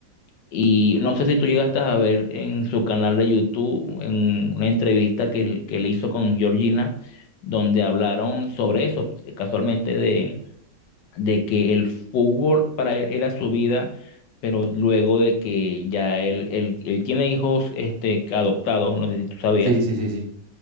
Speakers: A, on the left; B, on the right.
A: Y no sé si tú llegaste a ver en su canal de YouTube en una entrevista que, él- que él hizo con Georgina, donde hablaron sobre eso, casualmente, de, de que el fútbol para él era su vida, pero luego de que ya él, él, él tiene hijos este, adoptados, no sé si tú sabías.
B: Sí, sí, sí, sí,